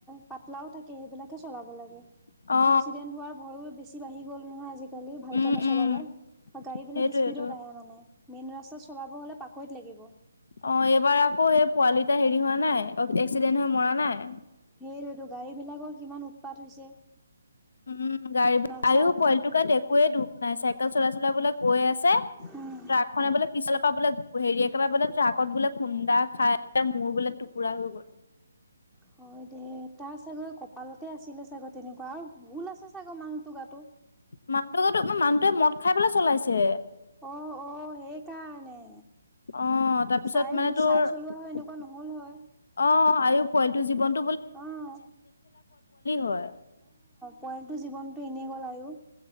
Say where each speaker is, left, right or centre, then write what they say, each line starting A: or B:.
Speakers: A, in the centre; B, on the left.
A: পাতলাও থাকে সেইবিলাকে চলাব লাগে।
B: অ
A: এক্সিডেণ্ট হোৱাৰ ভয়ো বেছি বাঢ়ি গল নহয় আজিকা- আজিকালি ভালকৈ
B: উম
A: নচলালে
B: উম
A: আৰু গাড়ীবিলাক
B: সেইটোয়েটো
A: স্পীডত আহে মানে। মেইন ৰাস্তাত চলাব হলে পাকৈত লাগিব।
B: অ এইবাৰ আকৌ সে পোৱালিটা হেৰি হোৱা নাই এক্সিডেণ্ট হৈ মৰা নাই।
A: সেইটোতো গাড়ী বিলাকৰ কিমান উৎপাত হৈছে।
B: উম গাড়ী
A: নাচায়
B: আও পোৱালিটো গাত একোৱে দুখ নাই চাইকেল চলাই চলাই বোলে গৈ আছে।
A: উম।
B: ট্ৰাকখনে বোলে পিছলে পা বোলে হেৰি একেবাৰে বোলে ট্ৰাকত বোলে খুন্দা খাই মূৰ বোলে টুকুৰা হৈ গ'ল।
A: হয় দে তাৰ চাগৈ কপালতে আছিলে। চাগ তেনেকুৱা আৰু ভুল আছে চাগে মানুহটো গাতটো
B: মানুহো মানুহটোৱে মদ খাই পেলাই চলাইছে।
A: অ অ সেইকাৰণে
B: অ তাৰপিছত
A: চাই
B: মানে তোৰ
A: চাই চলোৱা হয় এনেকুৱা
B: অ
A: নহ'ল হয়
B: আয় পোৱালিটোৰ জীৱন
A: অ অ
B: হয়
A: পৰিয়ালটো জীৱনতটো এনেই গল আ- ইউ